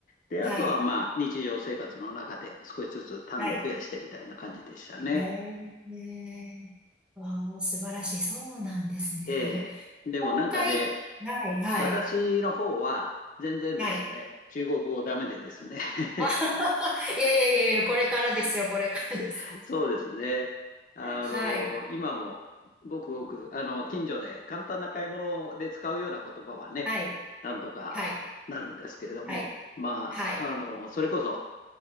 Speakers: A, on the left; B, in the centre.
A: で、あとはまあ、
B: はい。
A: 日常生活の中で少しずつ単語を増やしてみたいな感じでしたね。
B: はい。ええわあ、素晴らしい。そうなんですね。
A: えーでもなんかね、
B: 今回、はい、はい、
A: 私の方は全然ですね、
B: はい。
A: 中国語ダメでですね <laughs>
B: <laughs> あはは、いやいやいやいや、これからですよ、これからです。
A: <laughs> そうですね。あの、
B: はい、
A: 今もごくごく、あの、近所で簡単な買い物で使うような言葉はね、
B: はい、
A: なんとかなるんですけれども、
B: はい、はい、
A: まあ、
B: はい、
A: あの、それこそ、